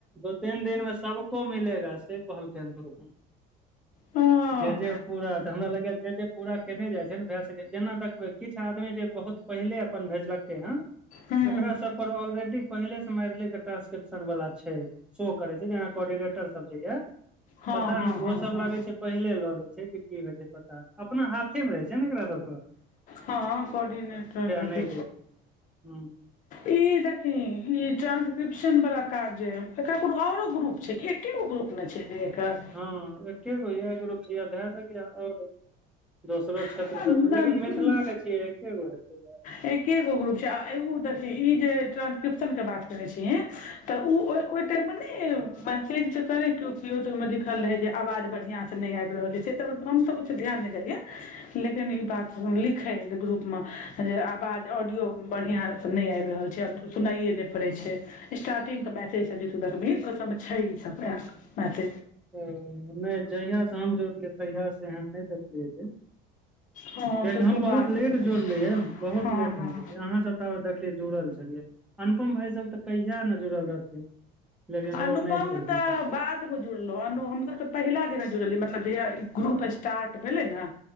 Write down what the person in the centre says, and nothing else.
दू तीन दिन मे सभको मिलेगा से कहलखिनू
जे जे। पूरा तऽ हमरा लग जे जे पूरा केने जाइ छै ने भऽ सकै छै जेना देखबै किछु आदमी जे बहुत पहिले अपन भेजलकै ह
ओकरा सभ पर ऑलरेडी पहिले से मैथिली के ट्रांसलेप्शन वाला छै शो करे छै जेना कोर्डिनेटर सभ जे यै
पता
नै ओ
सभ
लागे छै पहिले लऽ ले छै कि होई छै पता अपना हाथे मे रहै छै ने एकरा सभके
नहि
दै के छै हुँ
ह एकेगो योप जग आओर दोसरो क्षेत्र
सभमे लेकिन मिथिला के छियै एकेगो हेतै य
तऽ नहि जहियासँ हम जोड़लियै तहियासँ एहन नहि देखलियै ज
कियकि
हम
बहुत
लेट
जोड़लियै ने बहुत
लेट
हमो अहाँ सभ ताब तक जुड़ल छलियै अनुपम भाय सभ तऽ कहिया ने जुड़ल रहथिन लेकिन
ओ नहि केलखिन